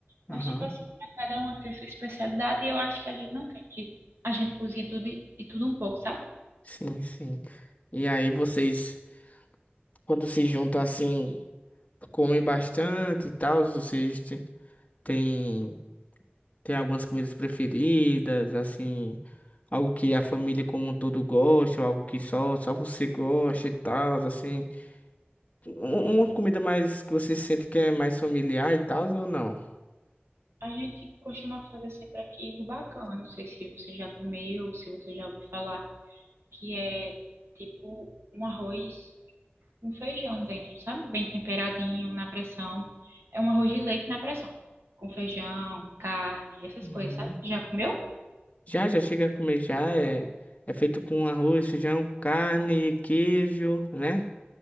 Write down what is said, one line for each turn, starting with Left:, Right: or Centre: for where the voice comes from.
Left: Aham,
Right: Mas tipo assim, pra cada uma tem sua especialidade e eu acho que a gente não tem que a gente cozinha tudo e e tudo um pouco, sabe?
Left: sim, sim. E aí vocês. Quando se juntam assim, comem bastante e tal, vocês te- têm tem algumas comidas preferidas, assim, algo que a família como um todo gosta, ou algo que só, só você gosta e tal, assim. Um- Uma comida mais que você sente que é mais familiar e tal, ou não?
Right: A gente costuma fazer sempre aqui rubacão. Eu não sei se você já comeu, se você já ouviu falar, que é tipo um arroz com feijão dentro, sabe? Bem temperadinho na pressão. É um arroz de leite na pressão, com feijão, carne, essas
Left: Uhum.
Right: coisas, sabe? Já comeu?
Left: Já, já chega a comer, já é, é feito com arroz, feijão, carne, queijo, né?